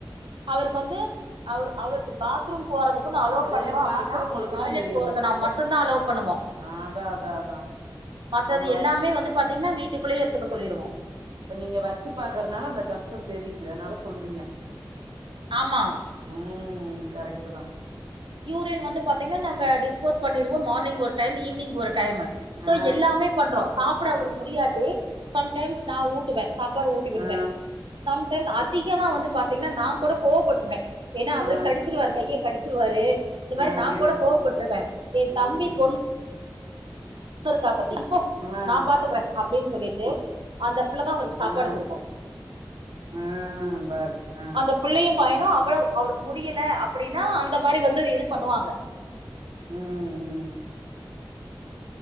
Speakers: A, on the right; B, on the right.
A: அவருக்கு வந்து அவரு அவருக்கு பாத் த்ரூம் போறதுக்கு நா அலோ
B: அது
A: பண்ணு அப்டினா
B: பாக்குறவங்களுக்கு
A: டாய்லட்
B: தா தெரியு
A: போறதுனா
B: அந்த கஷ்டோ
A: மட்டுந்தா அலோவ் பண்ணுவோ
B: ஆ அதா அதா அதா
A: மத்தது
B: அவங்கள
A: எல்லாமே
B: வச்
A: வந்து பாத்தீங்கன்னா வீட்டுக்குள்ளயே இருந்துத்துக்க சொல்லிருவோ
B: இப்ப நீங்க வச்சு பாக்குறனால அந்த கஷ்டோ தெரியுது அதனால சொல்றீங்க
A: ஆமா
B: உம் கரெக்டு தா
A: யூரின் வந்து பாத்தீங்கனா நாங்க டிஸ்போஸ் பண்ணிருவோ மார்னிங் ஒரு டைமு ஈவ்னிங் ஒரு டைமு சோ
B: ஆ
A: எல்லாமே பண்றோ சாப்பிட அவரு முடியாட்டி சம்டைம்ஸ் நா ஊட்டுவ சாப் பாடு ஊட்டி விடுவ
B: ஆ
A: சம்டைம் அதிகமா வந்து பாத்தீங்கனா நா கூட கோவபட்டுடுவ ஏனா அவரு
B: ஆ
A: கடிச்சிருவாரு கைய கடிச்சிருவாரு இந்த மாரி
B: அய்யய்யோ
A: நா கூட கோவப்பட்ருவ என்
B: ம்
A: தம்பி பொண் ணு இருக்கா பத்தி நீ போ
B: ஆ
A: நா பாத்துக்குற அப்டினு சொல்லிட்டு அந்த புள்ள தா அவருக்கு சாப்பாடு
B: ஆ
A: குடுக்கு
B: ஆ பாருங்க ஆ
A: அந்தப் புள்ளையு பயனு அவ்ளோ அவருக்கு முடியல அப்டினா அந்த மாரி வந்து இது பண்ணுவாங்க
B: ம் ம்